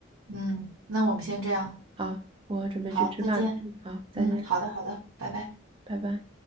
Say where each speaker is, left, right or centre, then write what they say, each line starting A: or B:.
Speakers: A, on the right; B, on the right.
A: 嗯，那我们先这样，
B: 好，我准备去吃饭。
A: 好，再见。
B: 嗯，好，再见，
A: 嗯，好的，好的，拜拜。
B: 拜拜。